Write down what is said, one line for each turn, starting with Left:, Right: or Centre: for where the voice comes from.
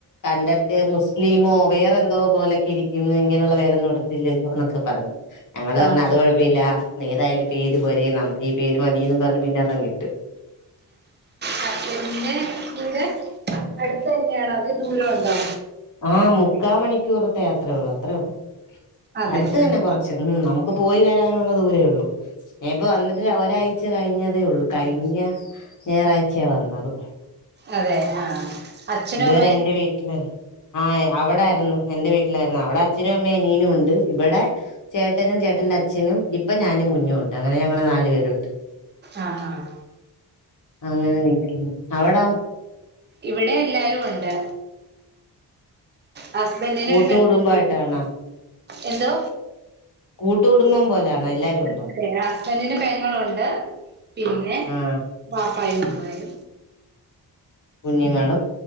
Left: കണ്ടിട്ട് മുസ്ലിമോ വേറെ എന്തോ പോലൊക്കെ ഇരിക്കുന്നു ഇങ്ങനെയുള്ള പേരൊന്നും ഇടത്തില്ലല്ലോ എന്നൊക്കെ പറഞ്ഞു ഞങ്ങള് പറഞ്ഞു
Right: ആഹ്
Left: അത് കുഴപ്പമില്ല ഏതായാലും പേര് പോരെ നമുക്ക് ഈ പേര് മതീന്നും പറഞ്ഞ് പിന്നെ അതങ്ങിട്ട്
Right: ഹസ്ബൻഡിന്റെ വീട് അടുത്ത് തന്നെയാണോ അതോ ദൂരം ഉണ്ടോ
Left: ആഹ് മുക്കാ മണിക്കൂറത്തെ യാത്രേ ഉള്ളൂ അത്രേ ഉള്ളൂ
Right: അതെ
Left: അടുത്ത് തന്നെ
Right: ആഹ്
Left: കുറച്ച് ഉം നമുക്ക് പോയി വരാനുള്ള ദൂരേ ഉള്ളൂ ഞാൻ ഇപ്പോ വന്നിട്ട് ഒരാഴ്ച കഴിഞ്ഞതേ ഉള്ളൂ കഴിഞ്ഞ ഞായറാഴ്ചയാ വന്നത്
Right: അതെ ആഹ് അച്ഛനും
Left: ഇതുവരെ
Right: അമ്മയൊക്കെ
Left: എന്റെ വീട്ടില് ആഹ് അവിടായിരുന്നു എന്റെ വീട്ടിലായിരുന്നു അവിടെ അച്ഛനും അമ്മയും അനിയനും ഉണ്ട് ഇവിടെ ചേട്ടനും ചേട്ടന്റെ അച്ഛനും ഇപ്പൊ ഞാനും കുഞ്ഞും ഉണ്ട് അങ്ങനെ ഞങ്ങള് നാലു പേരുണ്ട്
Right: ആഹ് ആഹ്
Left: അങ്ങനെ നിക്കുന്നു അവിടോ
Right: ഇവിടെ എല്ലാരും ഉണ്ട് ഹസ്ബൻഡിന്
Left: കൂട്ടുകുടുംബായിട്ടാണോ
Right: ഒരു പെങ്ങള് എന്തോ
Left: കൂട്ടുകുടുംബം പോലാണോ എല്ലാരും ഉണ്ടോ
Right: അതെ ഹസ്ബൻഡിന് പെങ്ങളുണ്ട് പിന്നെ
Left: ആഹ്
Right: വാപ്പായും ഉമ്മായും
Left: കുഞ്ഞുങ്ങളും